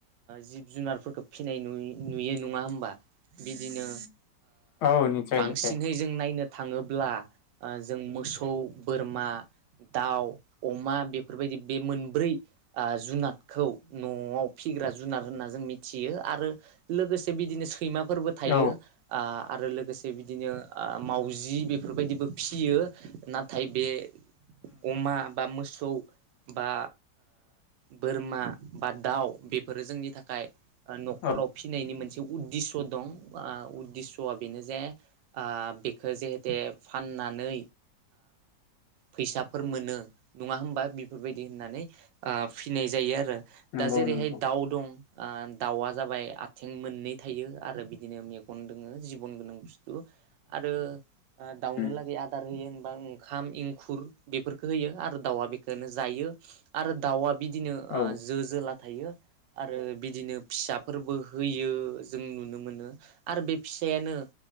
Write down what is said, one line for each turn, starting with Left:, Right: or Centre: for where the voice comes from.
Right: जिब जुनारफोरखौ फिनाय नुयो नुयो नङा होमबा बिदिनो
Left: औ निस्सय
Right: बांसिनहै
Left: निस्सय
Right: जों नायनो थाङोब्ला जों मोसौ बोरमा दाउ अमा बे बेफोरबायदि बे मोनब्रै जुनाद। खौ न'आव फिग्रा जुनार होनना जों मिथियो आरो लोगोसे बिदिनो सैमा फोरबो थायो
Left: औ
Right: आरो गोसे बि बिदिनो मावजि बे बेफोरबायदिबो फियो नाथाय बे अमा बा मोसौ बा बोरमा बा दाउ बे फोरो जोंनि थाखाय न'खराव
Left: औ
Right: फिनायनि मोनसे उदेस' दं उदेस'आ बेनो जे आ बेखो जेहेते फाननानै फैसाफोर मोनो नङा होमबा बेफोरबायदि होननानै। फिनाय जायो आरो
Left: नंगौ
Right: दा जेरैहाय
Left: नंगौ औ
Right: दाउ दं दाउआ जाबाय आथिं मोननै थायो आरो बिदिनो मेगन दोङो जिबन गोनां बुस्थु आरो दाउनो
Left: नंगौ
Right: लागै आदार होयो होन ओंखाम एंखुर बेफोरखौ होयो आरो दाउआ बेखौनो जायो आरो दाउआ बिदि बिदिनो
Left: औ
Right: जो जोलाख थायो आरो बिदिनो फिसाफोरबो होयो जों नुनो मोनो आरो बे फिसायानो